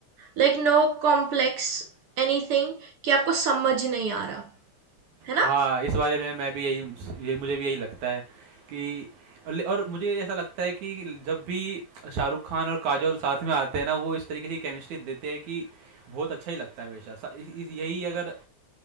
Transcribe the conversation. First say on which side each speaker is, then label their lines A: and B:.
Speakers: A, on the right; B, on the right.
A: लाइक नो कॉम्प्लेक्स एनीथिंग कि आपको समझ नहीं आ रहा है ना
B: हाँ इस बारे में मैं भी यही ये मुझे भी यही लगता है कि और और मुझे ऐसा लगता है कि जब भी शाहरुख खान और काजोल साथ में आते हैं ना वो इस तरीके की केमिस्ट्री देते हैं कि बहुत अच्छा ही लगता है हमेशा सा- इस- इस- यही अगर अ,